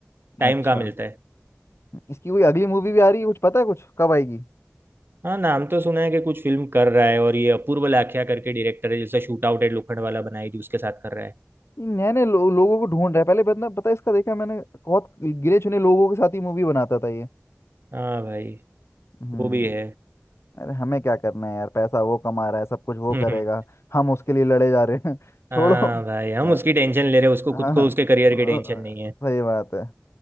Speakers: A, on the right (about 50°); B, on the left (about 70°).
A: टाइम
B: अच्छा
A: कहाँ मिलता है
B: इसकी कोई अगली मूवी भी आ रही है कुछ पता है कुछ कब आएगी
A: हाँ नाम तो सुना है कि कुछ फिल्म कर रहा है और ये अपूर्व लाखिया करके डायरेक्टर है जिसने shoot out at Lokhandwala बनाई थी उसके साथ कर रहा है
B: ये नए नए लो, लोगों को ढूंढ रहा है पहले बंदा पता है इसका देखा मैंने बहुत गिने चुने लोगों के साथ ही मूवी बनाता था ये
A: हाँ भाई
B: हम्म
A: वो भी है
B: अरे हमें क्या करना है यार पैसा वो कमा रहा है सब कुछ वो
A: <laughs> हम्म
B: करेगा हम उसके लिए लड़े जा रहे हैं <laughs> छोड़ो
A: हाँ भाई हम
B: यार
A: उसकी टेंशन ले रहे हैं उसको
B: हाँ
A: खुद को उसके करियर
B: अ,
A: की टेंशन नहीं है
B: सही बात है